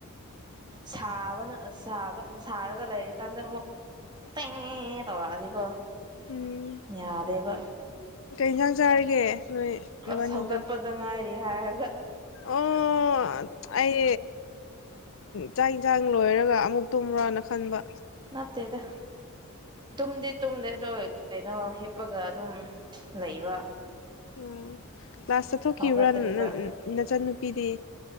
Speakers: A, on the right (about 20°); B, on the left (about 60°).
A: ꯁꯥꯕꯅ ꯁꯥꯕ ꯁꯥꯔꯒ ꯂꯩꯔꯤꯀꯥꯟꯗ ꯑꯃꯨꯛ ꯇꯦ ꯇꯧꯔꯛꯑꯅꯤꯀꯣ
B: ꯎꯝ
A: ꯌꯥꯗꯦꯕ
B: ꯀꯩ ꯌꯦꯟꯁꯥꯡ ꯆꯥꯔꯒꯦ ꯅꯣꯏ
A: ꯑꯁ
B: ꯅꯕꯥꯅꯤꯗ
A: ꯍꯧꯒꯠꯄꯗ ꯉꯥꯏꯔꯤ ꯍꯥꯏꯔꯒ
B: ꯑꯣ ꯑꯩ ꯆꯥ ꯌꯦꯟꯁꯥꯡ ꯂꯣꯏꯔꯒ ꯑꯃꯨꯛ ꯇꯨꯝꯕꯔꯣꯅ ꯈꯟꯕ
A: ꯅꯠꯇꯦꯗ ꯇꯨꯝꯗꯤ ꯇꯨꯝꯗꯦ ꯑꯗꯣ ꯀꯩꯅꯣ ꯍꯤꯞꯄꯒ ꯑꯗꯨꯝ ꯂꯩꯕ
B: ꯎꯝ ꯀ꯭ꯂꯥꯁ ꯆꯠꯊꯣꯛꯈꯤꯕ꯭ꯔꯥ
A: ꯍꯧꯒꯠꯇ꯭ꯔꯤꯕ
B: ꯅꯆꯟꯅꯨꯄꯤꯗꯤ